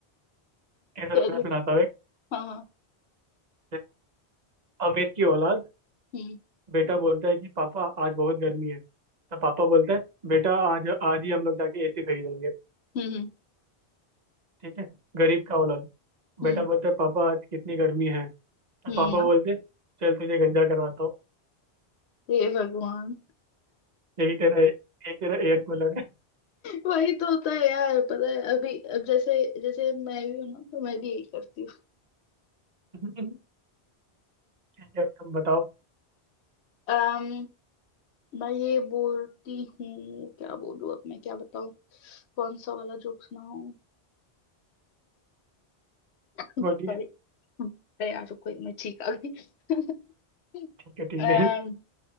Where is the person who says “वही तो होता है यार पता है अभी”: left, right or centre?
Left